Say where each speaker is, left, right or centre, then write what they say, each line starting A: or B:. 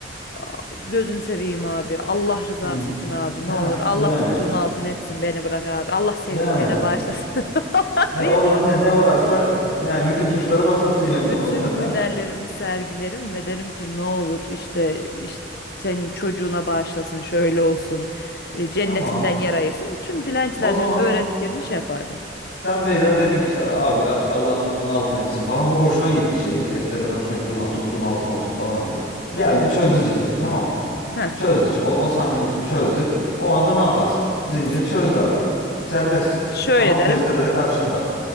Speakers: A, on the left; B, on the left.
A: a, gözün seveyim abi. Allah rızası
B: Hı.
A: için abi
B: Ha
A: ne olur. Allah
B: yani
A: tuttuğunu altın etsin beni bırak abi. Allah sevdiklerine
B: yani.
A: bağışlasın <laughs> falan
B: Ya
A: diye
B: oradan ne, ne varsa yani bütün tuşlara basarsın yani
A: e, bütün
B: değil mi orada?
A: hünerlerimi sergilerim ve derim ki ne olur işte işte senin çocuğuna bağışlasın şöyle olsun
B: <laughs>
A: e, cennetinden
B: Tamam.
A: yer ayırsın. Tüm dilencilerden
B: O zaman
A: öğrendiklerimi şey yapardım.
B: Sen Beyda dedin ki işte abi işte Allah tuttuğunu altın etsin falan. Bu hoşuna gitti şeyin. Testerenin hoşuna gitti. Ulan tuttuğum altın olacak falan dedi. Geldi çözdü zinciri tamam mı?
A: Heh.
B: Çözdü şimdi. O, o sahneyi düşün. Çözdü. O anda ne yaparsın? Zinciri
A: S-
B: çözdü adam. Serbestsin.
A: Şöyle
B: Ama
A: derim
B: testere de karşında.